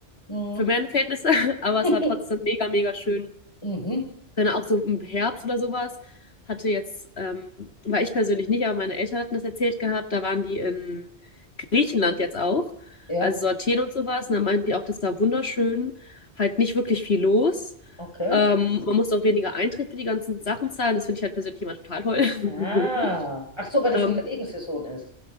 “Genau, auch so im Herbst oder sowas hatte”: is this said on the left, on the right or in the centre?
Left